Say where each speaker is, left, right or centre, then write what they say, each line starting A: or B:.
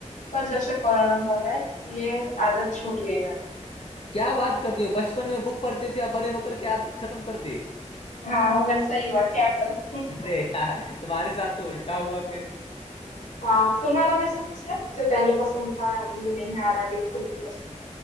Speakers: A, on the left; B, on the left.
A: पर जब से कोरोना हुआ है ये आदत छूट गई मेरा
B: क्या बात करती हो बचपन में बुक पढ़ते थे अब बड़े होकर के आदत खत्म कर दी
A: हाँ वैसा ही हुआ क्या करूं
B: अरे
A: <laughs>
B: यार तुम्हारे साथ तो उल्टा हुआ फिर
A: हाँ तुम्हारा वैसा कुछ है जो पहले पसंद था अभी नहीं आ रहा है बिल्कुल भी पसंद